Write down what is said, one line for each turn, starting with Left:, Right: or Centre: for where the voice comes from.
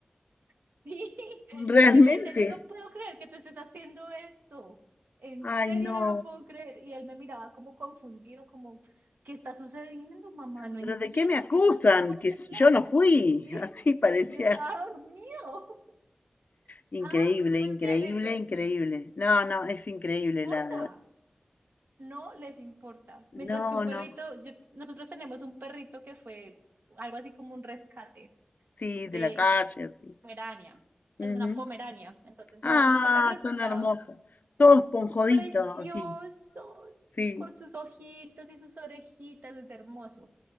Right: <laughs> Y
Left: realmente.
Right: yo le decía, yo no puedo creer que tú estés haciendo esto. En serio
Left: Ay, no.
Right: no lo puedo creer. Y él me miraba como confundido, como, ¿qué está sucediendo, mamá? No
Left: Pero
Right: entiendo,
Left: ¿de qué me acusan?
Right: ¿qué pasó con
Left: Que
Right: ese
Left: s-
Right: plato?
Left: yo no fui.
Right: Sí,
Left: <laughs> Así
Right: <laughs>
Left: parecía
Right: yo estaba dormido. <laughs>
Left: increíble,
Right: Ah, ¿tú puedes
Left: increíble,
Right: creer eso?
Left: increíble. No, no, es increíble
Right: No importa.
Left: la...
Right: no les importa. Mientras
Left: No,
Right: que un
Left: no.
Right: perrito, yo- nosotros tenemos un perrito que fue algo así como un rescate
Left: Sí,
Right: de
Left: de la calle, así.
Right: Pomerania.
Left: Ujú.
Right: Es una Pomerania, entonces
Left: Ah,
Right: no, no fue tan rescatado.
Left: son hermosos. Todos esponjoditos,
Right: Preciosos,
Left: así. Sí.
Right: con sus ojitos y sus orejitas, es hermoso.